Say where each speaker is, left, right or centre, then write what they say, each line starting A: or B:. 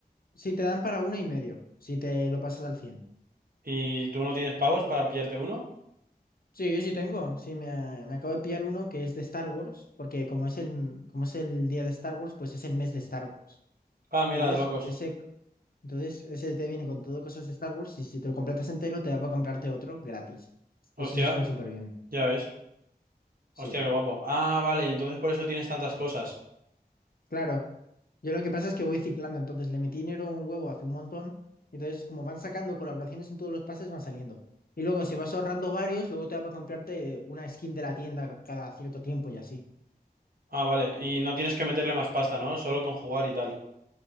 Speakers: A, on the left; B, on the right.
A: sí te dan para uno y medio, si te lo pasas al cien
B: ¿Y tú no tienes pavos para pillarte uno?
A: Sí, sí tengo. Sí, me, me acabo de pillar uno que es de Star Wars, porque como es el, como es el día de Star Wars, pues es el mes de Star Wars.
B: Ah, mira,
A: Entonces,
B: de locos.
A: ese, entonces, ese te viene con todo cosas de Star Wars y si te lo completas entero, te da para comprarte otro gratis. Entonces,
B: Hostia,
A: eso está súper bien.
B: ya ves.
A: Sí.
B: Hostia, qué guapo. Ah, vale, y entonces por eso tienes tantas cosas.
A: Claro, yo lo que pasa es que voy ciclando, entonces le metí dinero a un huevo hace un montón, entonces como van sacando colaboraciones en todos los pases van saliendo. Y luego si vas ahorrando varios, luego te va para comprarte una skin de la tienda cada cierto tiempo y así.
B: Ah, vale, y no tienes que meterle más pasta, ¿no? Solo con jugar y tal.